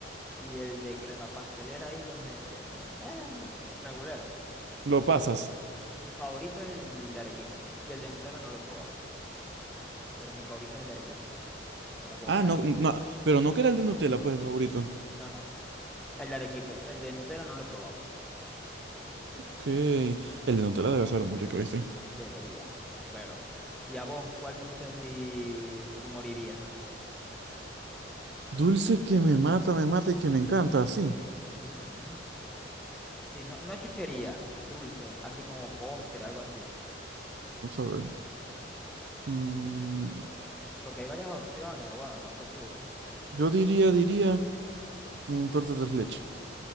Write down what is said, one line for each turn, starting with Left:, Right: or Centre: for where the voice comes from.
Centre: Y el de crema pastelera ahí lo me... eh, meh, regulero.
Right: Lo pasas.
Centre: Pero mi favorito es el de Arequipe. Y el de Nutella no lo he probado. pero mi favorito es el de Arequipe, que me puedo
Right: Ah,
Centre: comer.
Right: no,
Centre: hasta-
Right: no, pero no que era el de Nutella, pues el favorito.
Centre: No, no, el de Arequipe, el de Nutella no lo he probado.
Right: Ok, el de Nutella debe ser muy rico, ¿viste?
Centre: Debería, espero. ¿Y a vos, cuál dulce si tú morirías?
Right: Dulce que me mata, me mata y que me encanta, sí.
Centre: Ujú. Sí, no, no chuchería, dulce, así como postre, algo así.
Right: Vamos a ver. Mm,
Centre: Porque hay varias opciones, bueno, no sé tú.
Right: yo diría, diría. Un torta tres leches.